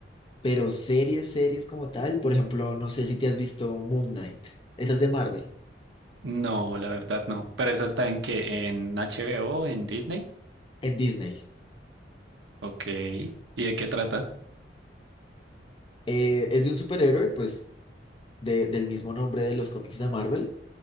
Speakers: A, on the left; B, on the right.
A: pero series, series como tal, por ejemplo, no sé si te has visto Moon Knight. Esa es de Marvel,
B: No, la verdad no. ¿Pero esa está en qué? ¿En HBO? ¿En Disney?
A: en Disney.
B: Ok. ¿Y de qué trata?
A: Eh, es de un superhéroe, pues, de- del mismo nombre de los cómics de Marvel,